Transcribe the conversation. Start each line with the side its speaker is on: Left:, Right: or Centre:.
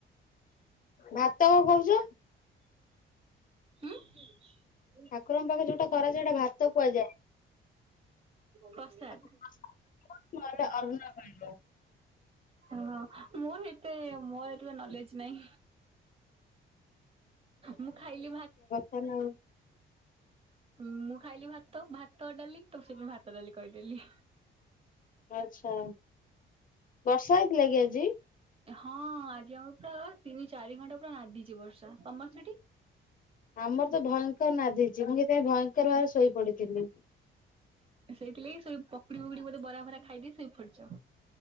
Left: ଭାତ କଣ କହୁଛ?
Right: <inaudible>
Left: ଠାକୁରଙ୍କ ପାଖରେ ଯୋଉଟା କରାଯାଏ ସେଇଟା ଭାତ କୁହାଯାଏ।
Right: ପ୍ରସାଦ।
Left: <unintelligible>
Right: ହଁ ମୁଁ ନି ଏ ମୋର ଏତେଟା ନୋଲେଜ୍ ନାହିଁ। ମୁଁ ଖାଇଲି ଭା
Left: ହେଲୋ।
Right: ହଁ ମୁଁ ଖାଇଲି ଭାତ ଭାତ ଡାଲି ତ ସେ ପୁଣି ଭାତ ଡାଲି କରିଦେଲି।
Left: ଆଚ୍ଛା। ବର୍ଷା ହେଇଥିଲା କିି ଆଜି?
Right: ହଁ ଆଜି ଆମର ପୁରା ତିନି ଚାରି ଘଣ୍ଟା ପୁରା ନାଧିଛି ବର୍ଷା। ତମର ସେଠି?
Left: ଆମର ତ ଭୟଙ୍କର ନାଧିଛି। ମୁଁ ସେଥିପାଇଁ ଭୟଙ୍କର ଭାବରେ ଶୋଇ ପଡିଥିଲି।
Right: ସେଇଥିଲାଗି ଶୋ ପକୁଡି ଫକୁଡି ବୋଧେ ବରା ବରା ଖାଇଦିଇକି ଶୋଇପଡ଼ିଛ?